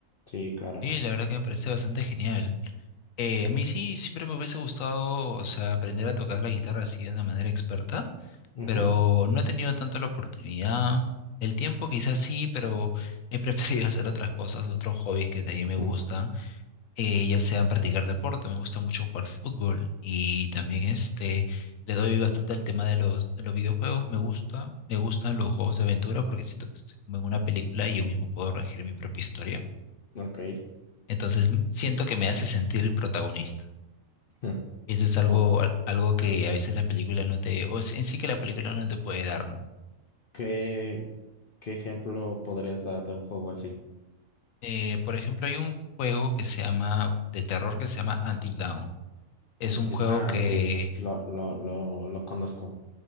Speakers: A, on the left; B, on the left.
A: Sí, claro.
B: Y la verdad que me parece bastante genial. Eh, a mí sí, siempre me hubiese gustado, o sea, aprender a tocar la guitarra así de una manera experta,
A: Ujú,
B: pero no he tenido tanto la oportunidad. El tiempo quizás sí, pero he preferido <laughs> hacer otras cosas, otros hobbies que también me gustan,
A: ujú.
B: eh, ya sean practicar deporte, me gusta mucho jugar fútbol y también este, le doy bastante al tema de los, de los videojuegos, me gusta, me gustan los juegos de aventura porque siento que estoy como en una película y yo mismo puedo regir mi propia historia,
A: Ok.
B: entonces siento que me hace sentir el protagonista.
A: Ujú.
B: Eso es algo,
A: ¿Cómo-
B: al- algo que a veces la película no te, o s- en sí que la película no te puede dar, ¿no?
A: qué, qué ejemplo podrías dar de un juego así?
B: Eh, por ejemplo, hay un juego que se llama, de terror que se llama Until Dawn. Es
A: Until-
B: un juego
A: ah,
B: que,
A: sí, lo, lo, lo, lo conozco.